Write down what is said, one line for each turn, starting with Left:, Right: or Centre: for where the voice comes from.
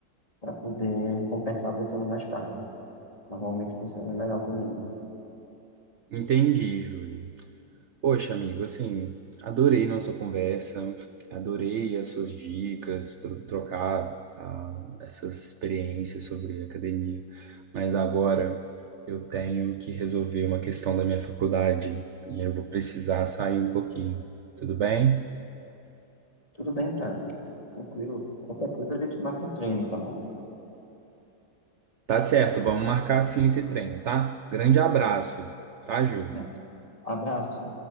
Left: para poder compensar botando mais carga. Normalmente funciona melhor comigo.
Right: Entendi, Júlio. Poxa, amigo, assim, adorei nossa conversa, adorei as suas dicas, tro- trocar ah, essas experiências sobre academia. Mas agora eu tenho que resolver uma questão da minha faculdade e eu vou precisar sair um pouquinho. Tudo bem?
Left: Tudo bem, cara. Tranquilo. Qualquer coisa a gente marca um treino, tá bom?
Right: Tá certo, vamos marcar sim esse treino, tá? Grande abraço, tá, Júlio?
Left: Certo. Abraço.